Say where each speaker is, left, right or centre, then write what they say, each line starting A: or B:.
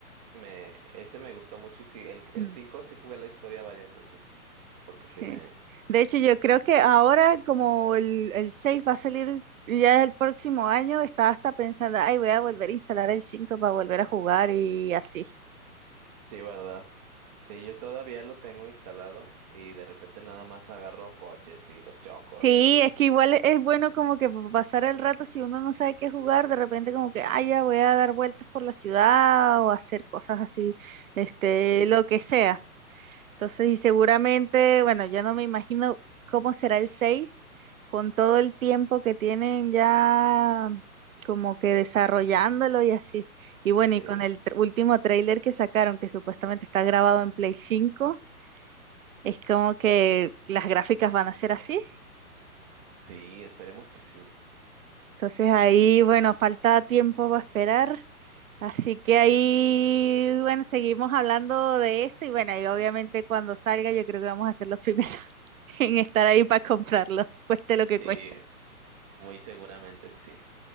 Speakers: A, on the right (about 25°); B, on the right (about 60°).
A: me, ese me gustó mucho. Y sí, el, el
B: Mm,
A: 5 sí jugué la historia varias veces. Porque
B: Sí.
A: sí me,
B: De hecho, yo creo que ahora, como el, el 6 va a salir ya el próximo año, estaba hasta pensando, ay, voy a volver a instalar el 5 para volver a jugar y así.
A: sí, verdad. Sí, yo todavía lo tengo instalado y de repente nada más agarro coches y los choco
B: Sí,
A: y así.
B: es que igual e, es bueno como que pa- pasar el rato si uno no sabe qué jugar, de repente como que, ay, ya voy a dar vueltas por la ciudad o hacer cosas así, este,
A: Sí,
B: lo que sea. Entonces, y seguramente, bueno, yo no me imagino cómo será el 6 con todo el tiempo que tienen ya como que desarrollándolo y así. Y bueno,
A: sí,
B: y con el tr- último tráiler que sacaron, que supuestamente está grabado en Play 5 es como que las gráficas van a ser así.
A: sí, esperemos que sí.
B: Entonces ahí, bueno, falta tiempo para esperar. Así que ahí, bueno, seguimos hablando de esto y bueno, y obviamente cuando salga yo creo que vamos a ser los primeros <laughs> en estar ahí para comprarlo, cueste lo que
A: Sí,
B: cueste.
A: muy seguramente sí.